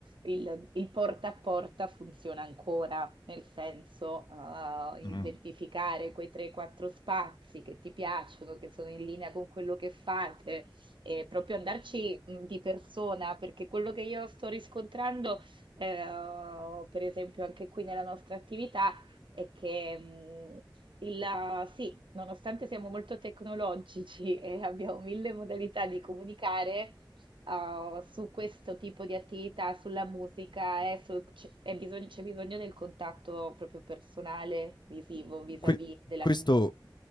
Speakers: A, on the right (about 80°); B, on the left (about 65°).
A: il, il porta a porta funziona ancora, nel senso, eh,
B: mh.
A: identificare quei 3-4 spazi che ti piacciono, che sono in linea con quello che fate, e proprio andarci mh, di persona, perché quello che io sto riscontrando, eh, per esempio, anche qui nella nostra attività, è che mh, il- sì, nonostante siamo molto tecnologici <laughs> e abbiamo mille modalità di comunicare, uh, su questo tipo di attività, sulla musica, eh, sul- c'è è bisogno, c'è bisogno del contatto proprio personale, visivo, vis-à-vis
B: Que
A: della...
B: questo